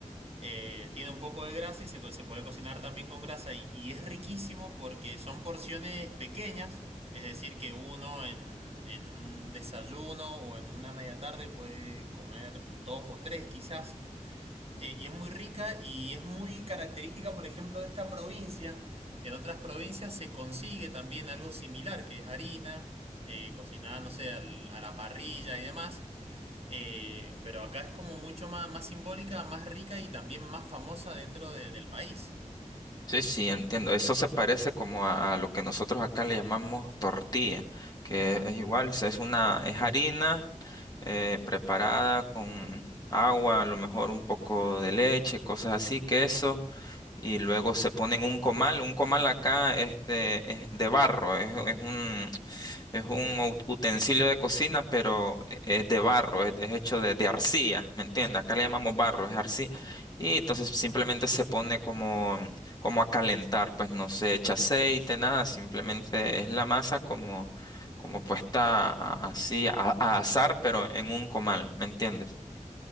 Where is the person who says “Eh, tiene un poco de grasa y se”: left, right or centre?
Right